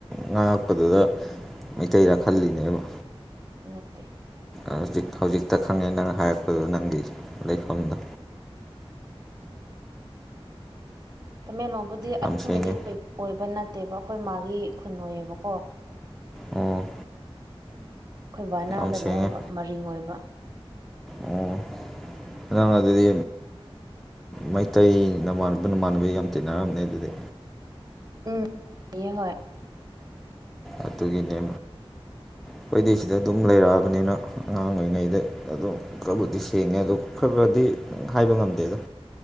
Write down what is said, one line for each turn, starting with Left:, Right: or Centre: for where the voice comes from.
Centre: ꯉꯥꯡꯉꯛꯄꯗꯨꯗ ꯃꯩꯇꯩꯔ ꯈꯜꯂꯤꯅꯦꯕ
Right: ꯅꯠꯇꯦ
Centre: ꯍꯧꯖꯤꯛ ꯍꯧꯖꯤꯛꯇ ꯈꯪꯉꯦ ꯅꯪ ꯍꯥꯏꯔꯛꯄꯗ ꯅꯪꯒꯤ ꯂꯩꯐꯝꯗꯣ
Right: ꯇꯃꯦꯡꯂꯣꯡꯕꯨꯗꯤ
Centre: ꯌꯥꯝ
Right: ꯑꯦꯡꯕꯗꯤ
Centre: ꯁꯦꯡꯉꯦ
Right: ꯑꯣꯏꯕ ꯅꯠꯇꯦꯕ ꯑꯩꯈꯣꯏ ꯃꯥꯒꯤ ꯈꯨꯟ ꯑꯣꯏꯌꯦꯕꯀꯣ
Centre: ꯑꯣ
Right: ꯑꯩꯈꯣꯏ ꯕꯥꯅꯥ
Centre: ꯌꯥꯝ
Right: ꯀꯩꯅꯣ
Centre: ꯁꯦꯡꯉꯦ
Right: ꯑꯣꯏꯕ ꯃꯔꯤꯡ ꯑꯣꯏꯕ
Centre: ꯑꯣ ꯀꯅꯥ ꯑꯗꯨꯗꯤ ꯃꯩꯇꯩ ꯅ ꯅꯃꯥꯟꯅꯕ ꯌꯥꯝ ꯇꯤꯟꯅꯔꯝꯃꯦ ꯑꯗꯨꯗꯤ
Right: ꯎꯝ <unintelligible> ꯌ‌ꯦ ꯍꯣꯏ
Centre: ꯑꯗꯨꯒꯤꯅꯦ ꯑꯩꯈꯣꯏꯗꯤꯩ ꯁꯤꯗ ꯑꯗꯨꯝ ꯂꯩꯔꯛꯑꯕꯅꯤꯅ ꯑꯉꯥꯡ ꯑꯣꯏꯔꯤꯉꯩꯗ ꯑꯗꯨꯝ ꯈꯔꯕꯨꯗꯤ ꯁꯦꯡꯉꯦ ꯑꯗꯣ ꯈꯔ ꯈꯔꯗꯤ ꯍꯥꯏꯕ ꯉꯝꯗꯦ ꯑꯗꯣ